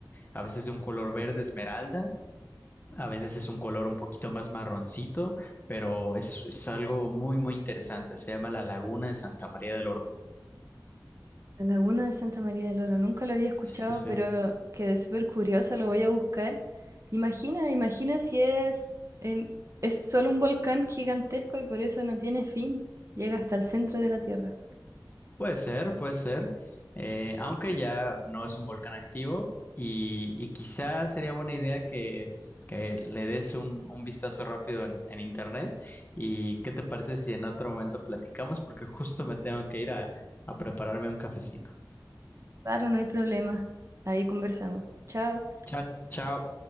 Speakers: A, on the left (about 25°); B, on the right (about 40°).
A: a veces de un color verde esmeralda, a veces es un color un poquito más marroncito, pero es, es algo muy, muy interesante. Se llama la Laguna de Santa María del Oro.
B: La laguna de Santa María del Oro, nunca lo había escuchado,
A: Sí, sí, sí.
B: pero quedé súper curiosa, lo voy a buscar. Imagina, imagina si es, em, es solo un volcán gigantesco y por eso no tiene fin. Llega hasta el centro de la Tierra.
A: Puede ser, puede ser. Eh, aunque ya no es un volcán activo y, y quizá sería buena idea que, que le des un, un vistazo rápido en, en internet. ¿Y qué te parece si en otro momento platicamos? Porque justo me tengo que ir a, a prepararme un cafecito.
B: Claro, no hay problema. Ahí conversamos. Chao.
A: Chao, chao.